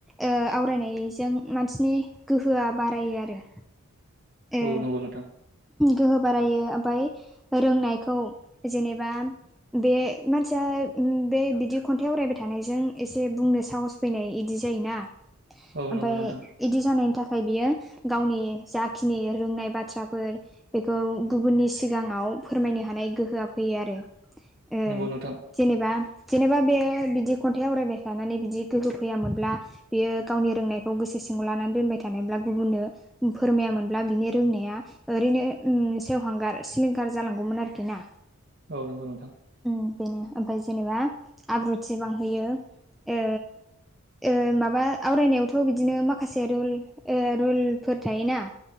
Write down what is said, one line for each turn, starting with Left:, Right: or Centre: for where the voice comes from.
Centre: ओ आवरायनायजों मानसिनि गोहोआ बारायो आरो। ओ
Right: औ नंगौ नोंथां।
Centre: गोहो बारायो ओमफाय रोंनायखौ जेनेबा बे मानसिया बे बिदि खन्थाइ आवरायबाय थानायजों एसे बुंनो साहस फैनाय इदि जायोना।
Right: औ
Centre: ओमफाय
Right: नंगौ नोंथां
Centre: इदि जानायनि थाखाय बियो गावनि जाखिनि रोंनाय बाथ थ्राफोर बेखौ गुबुननि सिगाङाव फोरमायनो हानाय गोहोआ फैयो आरो। ओ
Right: नंगौ नोंथां।
Centre: जेनेबा जेनेबा बे बिदि खन्थाइ आवरायबाय थानानै बिदि गोहो फैयामोनब्ला बेयो गावनि रोंनायखौ गोसो सिङाव लानानै दोनबाय थानायब्ला गुबुननो फोरमायामोनब्ला बिनि रोंनाया ओरैनो उम सेवहांगार सिलिंखार जालांगौमोन आरोखि ना।
Right: औ नंगौ नोंथां।
Centre: ओम बेनो। ओमफ्राय जेनेबा आब्रुथि बांहोयो ओ ओ माबा आवरायनायावथ' बिदिनो माखासे रुल ओ रुलफोर थायोना